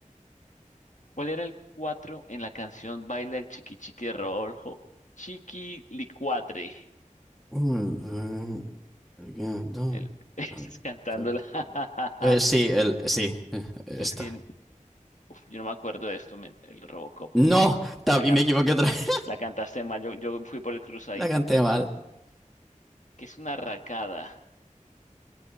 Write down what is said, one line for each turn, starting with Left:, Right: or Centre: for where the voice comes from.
Left: ¿Cuál era el 4 en la canción Baila el chiqui chiqui de Rodolfo? Chiqui licuatre.
Centre: Mm, mm, again, don't-
Left: El, <laughs> estás
Centre: no,
Left: cantándola.
Centre: sorry.
Left: <laughs>
Centre: Eh, sí, el, sí, eh, esta.
Left: No, Es que uf, yo no me acuerdo de esto, men, el Robocop,
Centre: No,
Left: no.
Centre: también
Left: La, can-
Centre: me equivoqué otra vez.
Left: la cantaste mal, yo, yo fui por el cruzadito.
Centre: <laughs> La canté mal.
Left: Que es una racada?